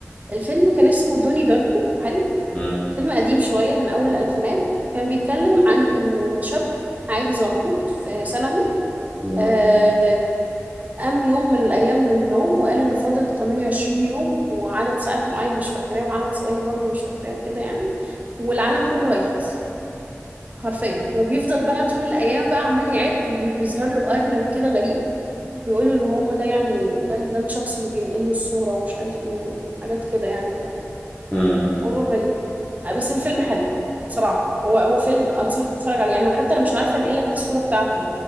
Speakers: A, on the right; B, on the left.
A: الفيلم كان اسمه دوني داركو حلو
B: مم. مم.
A: فيلم قديم شويه من اول الالفينات كان بيتكلم عن ان شاب عادي زنطوط في ثانوي
B: مم.
A: آه قام يوم من الأيام من النوم وقال إن فاضل 28 يوم وعدد ساعات معين مش فاكراه وعدد ثواني برضو مش فاكراه وكده يعني والعالم كله هيخلص حرفيا وبيفضل بقى طول الأيام بقى عمال يعد وبيظهر له أرنب كده غريب بيقول إن هو ده يعني ده, ده الشخص اللي بينقل له الصورة ومش عارف إيه وحاجات كده يعني
B: مم.
A: فموضوع غريب آه، بس هو فيلم حلو بصراحة هو هو فيلم أنصحك تتفرج عليه أنا حتى أنا مش عارفة أنقل لك الصورة بتاعته